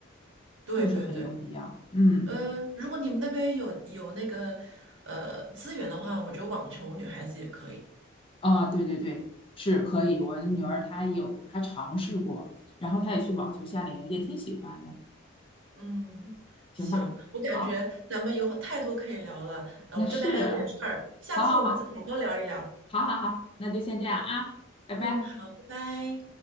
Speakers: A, on the right; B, on the left.
A: 对对对，
B: 就是很有必要。嗯，
A: 呃，如果你们那边有有那个呃资源的话，我觉得网球女孩子也可以。
B: 啊，对对对，是可以。我的女儿她有她尝试过，然后她也去网球夏令营，也挺喜欢的。
A: 嗯，
B: 行吧，
A: 行，我感觉咱们有太多可以聊了，
B: 好，
A: 呃，
B: 那是，
A: 我这边还有点事儿，下次我们再好好聊一聊。
B: 好好好，好好好，那就先这样啊，拜拜。
A: 嗯，好，拜拜。